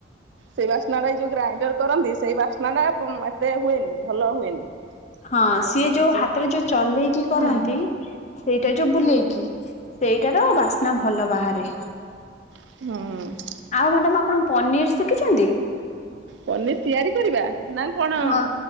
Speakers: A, on the right; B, on the left.
A: ସେଇ ବାସ୍ନାଟା ଯୋଉ ଗ୍ରାଇଣ୍ଡର କରନ୍ତି ସେଇ ବାସ୍ନା ଟା ଏତେ ହୁଏନି ଭଲ ହୁଏନି।
B: ହଁ
A: ଆଉ
B: ସିଏ
A: ସେ ନିଜେ
B: ଯୋଉ ହାତରେ ଯୋଉ ଚଲେଇକି କରନ୍ତି
A: ହଁ
B: ସେଇଟା ଯୋଉ ବୁଲେଇକି ସେଇଟାର ବାସ୍ନା ଭଲ ବାହାରେ।
A: ହୁଁ।
B: ଆଉ ମ୍ୟାଡ଼ାମ୍ ଆପଣ ପନିର ଶିଖିଛନ୍ତି?
A: ପନିର ତିଆରି କରିବା ନା କଣ
B: ହଁ